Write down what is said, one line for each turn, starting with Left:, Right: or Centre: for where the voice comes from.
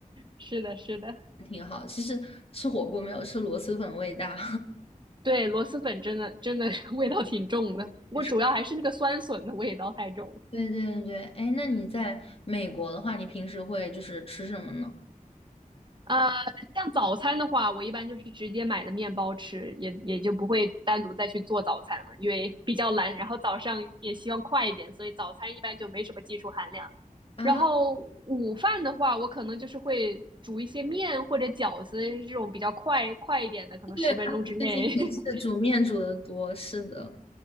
Right: 是的，是的，
Left: 挺好。其实吃火锅没有吃螺蛳粉味大。
Right: 对，螺蛳粉真的真的是 <laughs> 味道挺重的，我主要还是那个酸笋的味道太重了。
Left: <laughs> 对对对哎，那你在美国的话，你平时会就是吃什么呢？
Right: 呃，像早餐的话，我一般就是直接买的面包吃，也也就不会单独再去做早餐了，因为比较懒，然后早上也希望快一点，所以早餐一般就没什么技术含量。
Left: 啊，
Right: 然后午饭的话，我可能就是会煮一些面或者饺子这种比较快快一点的，可能十分钟之内。
Left: 对啊，我最近也是煮面煮的多，
Right: <laughs>
Left: 是的。